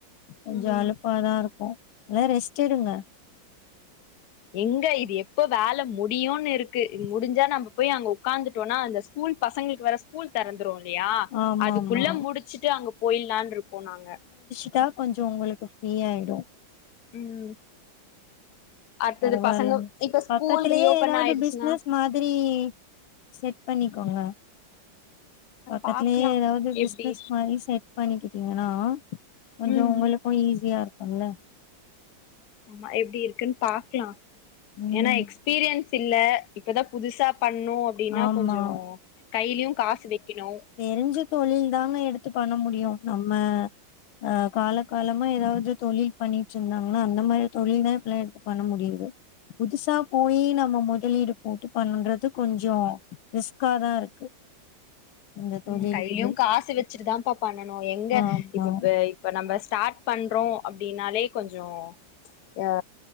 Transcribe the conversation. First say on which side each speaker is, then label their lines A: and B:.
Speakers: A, on the left (about 85°); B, on the left (about 60°).
A: கொஞ்ச
B: ம்
A: அலுப்பாதா இருக்கு அதா ரெஸ்ட் எடுங்க
B: எங்க இது எப்போ வேல முடியுன் இருக்கு முடிஞ்சா நம்ம போய் அங்க உட்காந்துட்டோனா அந்த ஸ்கூல் பசங்ளுக் வர கூல் தெறந்துரு இல்லியா
A: ஆமா
B: அதுக்குள்ள
A: ஆமா
B: முடிச்சிட்டு அங்க போயலான்ருக்கோ நாங்க
A: த்தா கொஞ்சோ உங்களுக்கு ஃப்ரீயாயிடு
B: ம் அடுத்தது
A: பரவாயில்லங்
B: பசங்க இப்ப ஸ்கூல்
A: பக்கத்திலியே
B: ரீஓபன்
A: எதாவது
B: ஆயிடுச்சுன்னா
A: பிஸ்னஸ் மாதிரி செட் பண்ணிக்கோங்க பக்கத்துலே
B: பாக்லா
A: எதாவது
B: எப்டி
A: பிஸ்னஸ் மாரி செட் பண்ணிக்கிட்டீங்கன்னா கொஞ்சோ
B: ம்
A: உங்களுக்கு ஈஸியா இருக்குல்ல
B: ஆமா எப்டி இருக்குன்னு பாக்கலா
A: ம்
B: ஏன்னா எக்ஸ் பீரியன்ஸ் இல்ல இப்பதா புதுசா பண்ணு ப்டின்னா
A: ஆமா
B: கொஞ்சோ கையிலியு காசு வைக்கணு
A: தெரிஞ்சு தொழில் தாங்க எடுத்து பண்ணமுடியு நம்ம ஆ கால காலமா எதாவது தொழில் பண்ணிட்டு இருந்தாங்கன்னா அந்த மாரி தொழில்தா இப்பெல்லா எடுத்து பண்ண முடியுது புதுசா போயி நம்ம முதலீடு போட்டு பண்ணறது கொஞ்சோ ரிஸ்காதா இருக்கு இந்த தொழிலுக்குமே
B: ம் கையு காசு வச்சிட்டுதாப்பா பண்ணனு எங்க
A: ஆமா
B: இப்ப பே இப்ப நம்ப ஸ்டார்ட் பண்றோ அப்பிடினாலே கொஞ்சோ யா